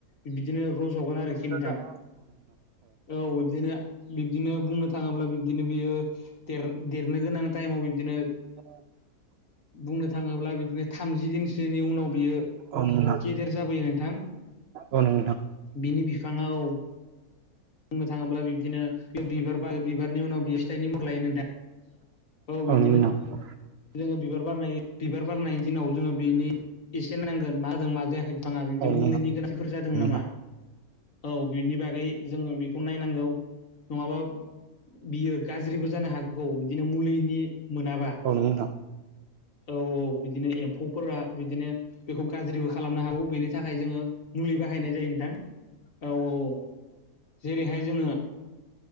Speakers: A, on the left; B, on the right.
A: बिबिदिनो रज'गोन आरोखि नोंथां।
B: औ नंगौ
A: औ बिबदिनो बिब्दिनो बुंनो थाङोब्ला बिब्दिनो बियो देर देरनो गोनां था समाव बिबदिनो
B: <unintelligible>
A: बुंनो थाङोब्ला बिदिनो थामजि दिनसोनि उनाव बियो
B: औ नंगौ
A: गेदेर जाबोयो नोंथां
B: नोंथां औ नोंथां औ
A: बिनि बिफाङाव बुंनो थाङोब्ला बिब्दिनो बिबार ब बिबारनि उनाव बि फिथाइननि मर लायो नोंथां औ बिब्दिनो
B: आनो <unintelligible>
A: जोङो बिबार बारनाय बिबार बारनायनि दिनाव जोङो बिनि एसेन नांगोन मा जों मा जायाखै बिफाङा बिब्दि
B: औ
A: मुलैनि गोनांथिफोर जादों नामा।
B: औ
A: औ बिनि बागै जोङो बिखौ नायनांगौ नङाबा बियो गाज्रिबो जानो हागौ बिदिनो मुलिनि मोनाबा
B: औ नोंगो नोंथां।
A: औ औ बिदिनो एम्फौफोरा बिदिनो बेखौ गाज्रिबो खालामनो हागौ बेनि थाखाय जोङो मुलि बाहायनाय जायो नोंथां औ औ जेरैहाय जोङो